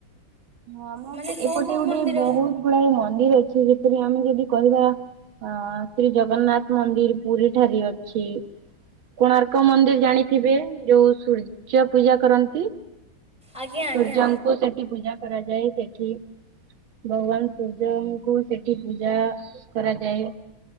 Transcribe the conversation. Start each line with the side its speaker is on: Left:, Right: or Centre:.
Right: ହଁ ଆମ
Centre: ମାନେ କୋଉ
Right: ଏପଟେ
Centre: କୋଉ
Right: ଗୋଟେ
Centre: ମନ୍ଦିର
Right: ବହୁତ ଗୁଡାଏ ମନ୍ଦିର ଅଛି। ଯେପରି ଆମେ ଯଦି କହିବା ଅ ଶ୍ରୀ ଜଗନ୍ନାଥ ମନ୍ଦିର ପୁରୀ ଠାରେ ଅଛି କୋଣାର୍କ ମନ୍ଦିର ଜାଣିଥିବେ ଯୋଉ ସୂର୍ଯ୍ୟ ପୂଜା କରନ୍ତି।
Centre: ଆଜ୍ଞା ଆଜ୍ଞା
Right: ସୂର୍ଯ୍ୟଙ୍କୁ ସେଠି ପୂଜା କରାଯାଏ ସେଠି ଭଗବାନ ସୂର୍ଯ୍ୟଙ୍କୁ ସେଠି ପୂଜା କରାଯାଏ।